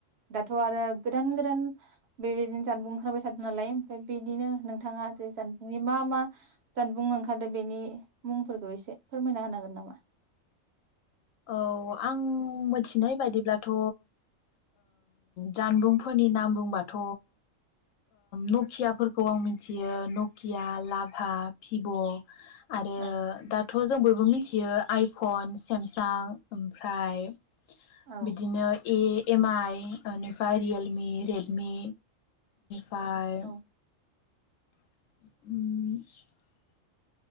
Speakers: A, on the right (about 60°); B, on the left (about 80°).
A: दाथ' आरो गोदान गोदान बेबायदिनो जानबुं ओंखारबाय थादों नालाय ओमफ्राय बिदिनो नोंथाङा जे जानबुंनि मा मा जानबुं ओंखारदो बेनि मुंफोरखौ एसे फोरमायना होनागोन नामा
B: औ आं मिथिनाय बायदिब्लाथ' जानबुंफोरनि नाम बुंबाथ' न'कियाफोरखौ आं मिथियो नकिया लाभा भिभ' आरो
A: औ
B: दाथ' जों बयबो मि मिथियो आइफन सेमसां आं ओमफ्राय
A: औ
B: बिदिनो ए <unintelligible> एम आइ बेनिफ्राय रियेलमि रेडमि फाय
A: औ
B: उम